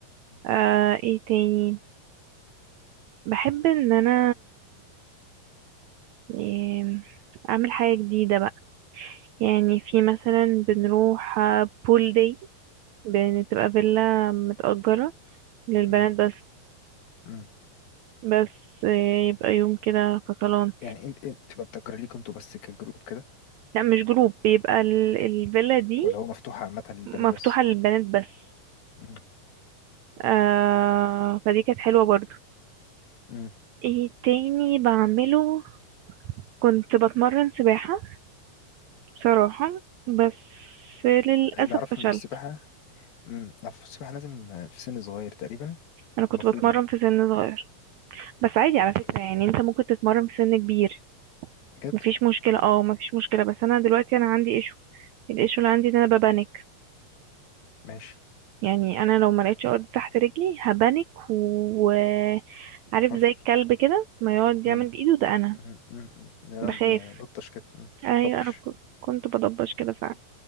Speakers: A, on the left (about 85°); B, on the right (about 85°).
A: مم.
B: آه ايه تاني بحب ان انا إيه... اعمل حاجة جديدة بقى يعني في مثلا بنروح بول داي بتبقى فيلا متأجرة للبنات
A: مم.
B: بس
A: مم.
B: بس آه، يبقى يوم كده فصلان
A: يعني انت انت تبقى بتأجر ليكوا انتوا بس كجروب كده
B: لا مش جروب بيبقى ال- الفيلا دي
A: ولا هو مفتوح عامة للبنات
B: مفتوحة
A: بس
B: للبنات بس
A: مم.
B: آه
A: مم.
B: فدي كانت حلوة برضو
A: مم.
B: ايه تاني بعمله كنت بتمرن سباحة بصراحة بس للأسف
A: اللي اعرفه
B: فشلت
A: ان السباحة مم. اعرف السباحة لازم في سن صغير تقريبا
B: أنا كنت
A: المفروض
B: بتمرن
A: يعني
B: في سن صغير بس عادي على
A: اوكي
B: فكرة يعني أنت ممكن تتمرن في سن كبير
A: بجد
B: مفيش مشكلة اه مفيش مشكلة بس أنا دلوقتي أنا عندي ايشو الايشو اللي عندي إن أنا ببانك
A: ماشي
B: يعني انا لو ما لقيتش ارض تحت رجلي هبانك وعارف
A: فرفر
B: زي الكلب كده ما يقعد يعمل
A: مم.
B: بايده ده انا
A: مم. مم. مم. لا
B: بخاف
A: ده لطش كده مم.
B: ايوه
A: طبش
B: انا ك- كنت بضبش كده فعلا